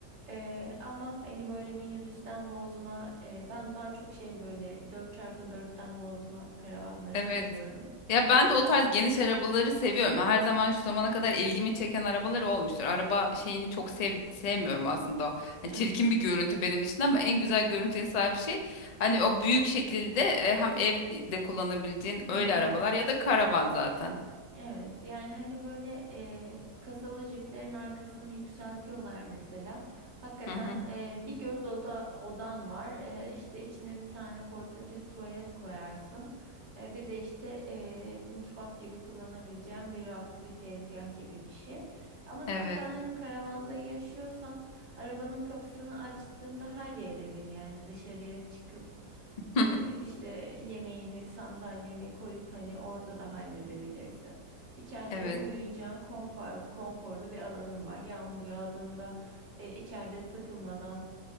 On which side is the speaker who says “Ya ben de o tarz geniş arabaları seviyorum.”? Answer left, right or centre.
Left